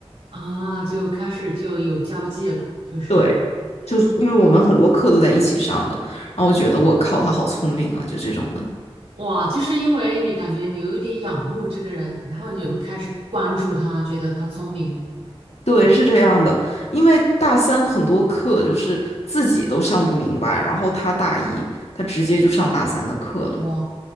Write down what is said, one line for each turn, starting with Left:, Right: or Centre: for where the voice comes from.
Right: 啊，就开始就有交际了，就是
Left: 对，就因为我们很多课都在一起上的，
Right: 啊，
Left: 然后我觉得我靠，他好聪明啊，就这种的，
Right: 哇，就是因为你感觉你有一点仰慕这个人，然后你就开始关注他，觉得他聪明，
Left: 对，是这样的，因为大三的很多课就是自己都上不明白，然后他大一，他直接就上大三的课了，
Right: 哇，